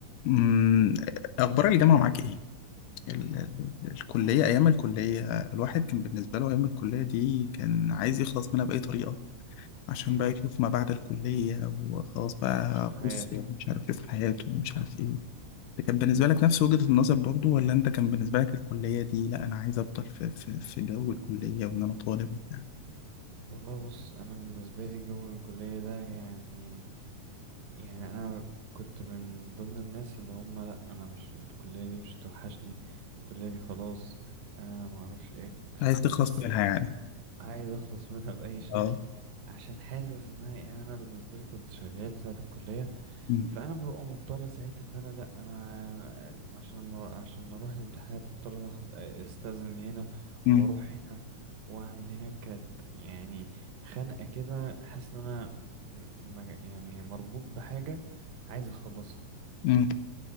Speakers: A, on the left; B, on the right.
A: أمم، أخبار الجامعة معاك إيه؟ ال- ال- الكلية أيام الكلية الواحد كان بالنسبة له أيام الكلية دي كان عايز يخلص منها بأي طريقة عشان
B: امم
A: بقى يشوف ما بعد الكلية وخلاص بقى
B: شوف حياته
A: بص يعني مش عارف يشوف حياته ومش عارف إيه ده كان بالنسبة لك نفس وجهة النظر برضو ولا أنت كان بالنسبة لك الكلية دي لأ أنا عايز أفضل في في في جو الكلية وإن أنا طالب وبتاع
B: والله بص انا بالنسبه لي جو الكليه ده يعني يعني انا كنت من ضمن الناس اللي هم لا انا مش الكليه دي مش توحشني الكليه دي خلاص انا ما اعرفش ايه
A: عايز تخلص
B: بس
A: منها
B: آه،
A: يعني
B: عايز اخلص منها باي شكل
A: أه
B: عشان حاسس انها يعني انا بالنسبه لي كنت شغال ساعه الكليه
A: أمم،
B: فانا ببقى مضطر ساعتها ان انا لا انا عشان ما عشان اروح الامتحانات مضطر اخد استاذن هنا
A: أمم،
B: واروح هنا واعمل هنا كانت يعني خنقه كده حاسس ان انا م- ما- يعني مربوط بحاجه عايز اخلصها
A: أمم،